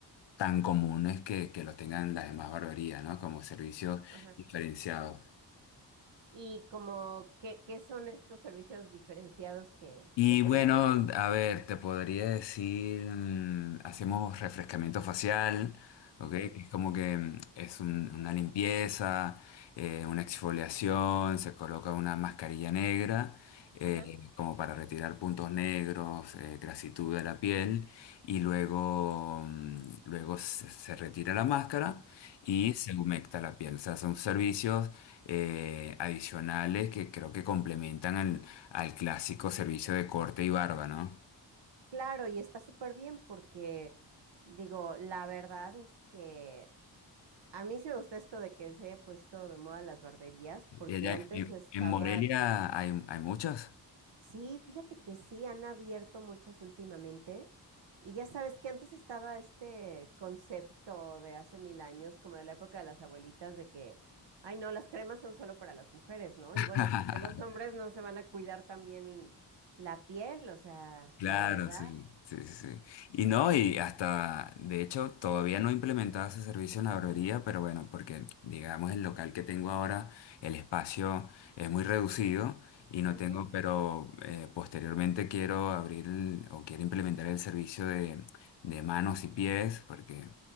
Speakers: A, on the left; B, on the right.
A: tan comunes que, que los tengan las demás barberías, ¿no? Como servicios
B: ajá.
A: diferenciados.
B: Y como, ¿qué, qué son estos servicios diferenciados que,
A: Y
B: que ofrecen?
A: bueno, a ver, te podría decir, mm, hacemos refrescamiento facial, ¿ok?
B: Ujú,
A: Que Es como que mm, es un- una limpieza, eh, una exfoliación, se coloca una mascarilla negra, eh,
B: Ajá.
A: como para retirar puntos negros, eh, grasitud de la piel, y luego, mm, luego se, se retira la máscara y se humecta la piel. O sea, son servicios eh, adicionales que creo que complementan al clásico servicio de corte y barba, ¿no?
B: Claro, y está súper bien porque, digo, la verdad es que a mí sí me gusta esto de que se haya puesto de moda las barberías,
A: Y
B: porque
A: allá
B: antes
A: en,
B: estaba,
A: en Morelia hay, hay muchos.
B: sí, fíjate que sí, han abierto muchas últimamente, y ya sabes que antes estaba este concepto de hace mil años, como de la época de las abuelitas, de que, ay, no, las cremas son solo para las mujeres, ¿no?
A: <laughs>
B: Y bueno, porque los hombres no se van a cuidar también la piel? O sea,
A: Claro,
B: la verdad.
A: sí, sí, sí. sí. Y no, y hasta, de hecho, todavía no he implementado ese servicio en la barbería, pero bueno, porque digamos el local que tengo ahora, el espacio es muy reducido y no
B: Ujú,
A: tengo, pero eh, posteriormente quiero abrir el- o quiero implementar el servicio de, de manos y pies, porque